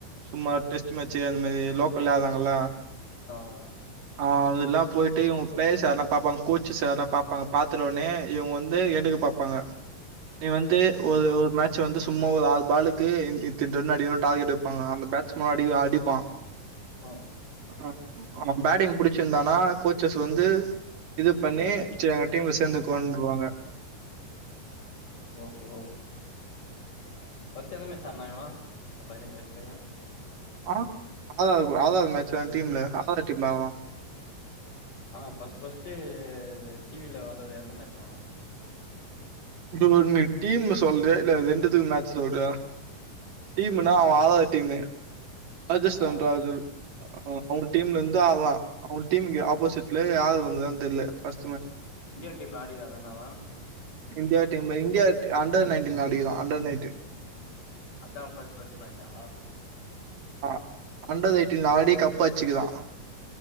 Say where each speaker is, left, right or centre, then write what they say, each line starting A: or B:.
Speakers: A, on the right; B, on the left.
A: சும்மா டெஸ்ட் மேட்ச்சு அந்த மாரி லோக்கல்லே ஆடறாங்கள
B: ஆ அ
A: அ அதெல்லா போய்ட்டு இவங்க பிளேயர்ஸ் யாரெல்லா பாப்பாங்க கோச்சுஸ் யாரல்லா பாப்பாங்க பாத்துட் உடனே இவங்க வந்து எடுக்க பாப்பாங்க நீ வந்து
B: ம்
A: ஒரு ஒரு மே ட்ச் வந்து சும்மா ஒரு ஆறு பாலுக்கு இத் இத்தின ரன் அடிகணு டார்கெட் வப்பாங்க அந்த பேட்ஸ்மேன் அடி அடிப்பா
B: ஓ
A: ம் அவ பேட்டிங் புடிச்சிருந்தானா கோச்சஸ் வந்து இது பண்ணி
B: ஓ
A: சர் எங்க டீம்ல சேந்துகோண்ருவாங்க
B: ஓஹோ ஃபஸ்ட் எந்த மேட்ச் ஆடுனா இவ இந்த பையன ஏச் பைய
A: ஆ ஆதா ஆறாவது மேட்ச் ல டீம்ல ஆறாவது டீம் டா அவ
B: ஆ ஃபஸ்ட் ஃபஸ்ட்டு டி வி ல வந்தது எந்த மேட்ச் அவ
A: நீ ஒன்னு டீம் ல சொல்றியா இல்ல ரெண்டுத்துக்கு மேட்ச் சொல்றியா டீமுனா
B: ஆஹா
A: அவ ஆறாவது டீமு ராஜஸ்தான்
B: ஆ
A: ராஜூ அவுங் டீம்ல இருந்து அவ அவ டீம்க்கு ஆப்போசிட்ல யாரு வந்ருகான் தெர்லே ஃபஸ்ட்
B: இன்டியா டீம்ல ஆடிருக்காந்தான அவ
A: இன்டியா டீம்ல இன்டியா அட் அண்டர் நைன்டின்ல ஆடிருக்கா அண்டர் நைன்டின்
B: அதா அவ ஃபஸ்ட்டு ஃபஸ்ட் மேட்ச்சா
A: அ அண்டர் எயிட்டின்ல ஆடி கப் அச்சுருக்ரா